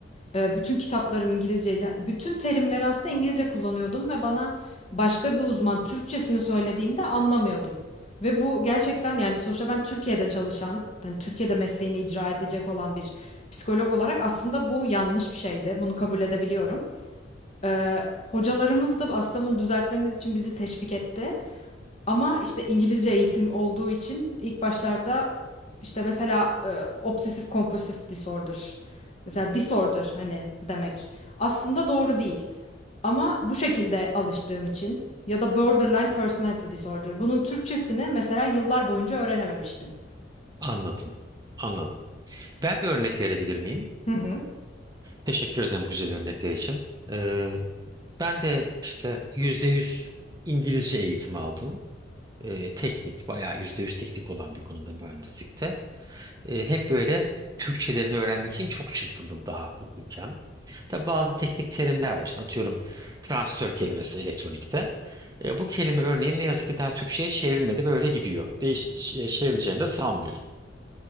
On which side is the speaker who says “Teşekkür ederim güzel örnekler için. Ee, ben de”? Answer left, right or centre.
Right